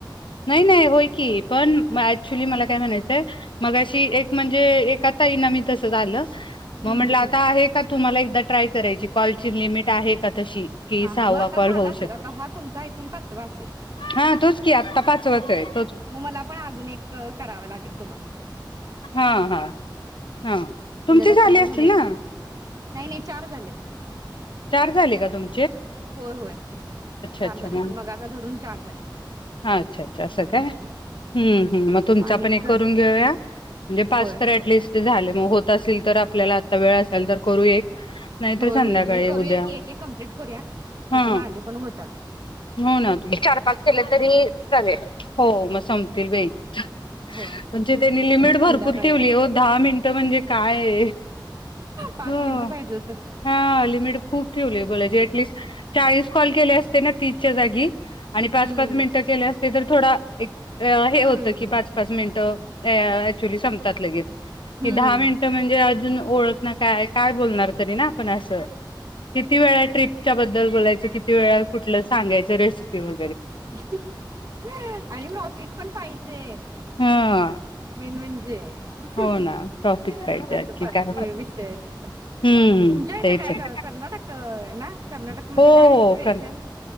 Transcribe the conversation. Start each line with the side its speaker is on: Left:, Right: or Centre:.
Left: नाही नाही होय की पण ऍक्च्युली मला काय म्हणायचंय मग अशी एक म्हणजे एक आता ताईंना तसं झालं?
Right: हम्म
Left: मग म्हंटलं
Right: हम्म
Left: आता आहे का तुम्हाला एकदा ट्राय करायची कॉलची लिमिट आहे का तशी? कि
Right: हा
Left: सहावा
Right: हा मग आता
Left: कॉल
Right: झाला
Left: होऊ
Right: असेल
Left: शकतो
Right: आता हा तुमचा आयथिंक पाचवा असेल
Left: हा तोच की <unintelligible>
Right: मग मला पण अजून एक कराव लागेल तुम्हाला -
Left: हा हा हा
Right: म्हणजे
Left: तुमचे
Right: आता
Left: झाले
Right: चार
Left: असतील
Right: झालेत
Left: ना?
Right: नाही नाही चार झालेत.
Left: चार झाले का तुम?
Right: होय होय चार
Left: अच्छा
Right: झालेत
Left: मग
Right: मगाचा धरून चार झालेत.
Left: अच्छा.. अच्छा असं
Right: म्हणून
Left: काय
Right: म्हटलं
Left: हम्म हम्म मग तुमचा
Right: माणिक
Left: पण एक
Right: कर
Left: करून घेऊया म्हणजे पाच
Right: होय
Left: तर ऍटलिस्ट झाल मग होत असेल तर आपल्याला आता वेळ असाल तर करू एक नाहीतर
Right: होय
Left: संध्याकाळी
Right: होय नाही करूया
Left: उद्या
Right: की एक एक कमप्लीट करूया म्हणजे
Left: हा
Right: माझे पण होतात.
Left: हो ना त चार पाच केले तरी चालेल हो मग संपतील बाई म्हणजे
Right: होय तेच
Left: त्यांनी
Right: की
Left: लिमिट
Right: आज संध्याकाळी
Left: भरपूर ठेवली
Right: वगैरे
Left: हो दहा मिनटं म्हणजे काय?
Right: पाच
Left: ह
Right: मिनिट पाहिजे होत
Left: हा लिमिट खूप ठेवली बोलायची ऍटलिस्ट चाळीस कॉल केले असते ना तीस च्या जागी आणि
Right: हम्म
Left: पाच-पाच मिनिटं केल्या असते तर थोडा एक अ हे
Right: हम्म
Left: होतं की पाच-पाच मिनिटं ऍक्च्युली सांपतात लगेच
Right: हम्म
Left: दहा मिनिटं म्हणजे? अ ओळख ना काय काय बोलणार तरी ना? अस किती वेळा ट्रिपच्या बद्दल बोलायचं किती वेळा कुठलं सांगायचं रेसिपी व
Right: हा ह ह आणि टॉपिक पण पाहिजे
Left: हा
Right: मेन म्हणजे हा
Left: हो
Right: ह
Left: ना टॉपिक पाहिजे
Right: अस
Left: आणखी
Right: पण
Left: काय
Right: विषय तुमच्या
Left: हम्म
Right: इथं
Left: तेच
Right: काय
Left: आहे
Right: का कर्नाटक ना? कर्नाटकमध्ये
Left: हो
Right: काय हाय स्पेशल?
Left: कर